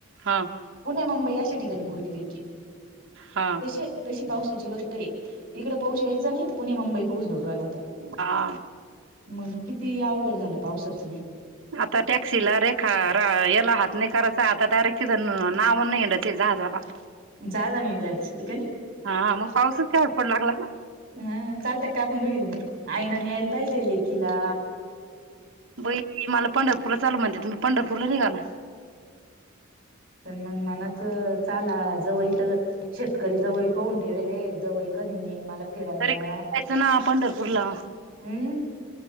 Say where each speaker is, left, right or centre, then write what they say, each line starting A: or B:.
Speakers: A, on the right; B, on the right.
A: हा...
B: पुणे मुंबई अशा ठिकाणी पोरगी द्यायची
A: हा
B: तशी तशी पावसाची गोष्ट आहे... इकडे पाऊस यायचा नाही पुणे मुंबई पाऊस दर रायला आता...
A: हा...
B: मग किती अवघड झालं पावसाचं....
A: आता टॅक्सी ला रे.... ख र एला हत्न करास आता दारकन नावन हिडते जहा जला...
B: जा जाणी जासते कानी..
A: हा मग पाऊसच तेवढा पडू लागला ना
B: हा चालतात आपले व्हिडिओ हा आईने न्यायला पाहिजे तिला...
A: होय की मला पंढरपूरला चल म्हणत्यात पंढरपूरला निघालो....
B: मनाचं चाला जवलतीत... शेतकरी जवळी पहून ठेवेले जवळ कधी मी.... फिरायला
A: तरी जायचं ना पंढरपूरला
B: हम्म....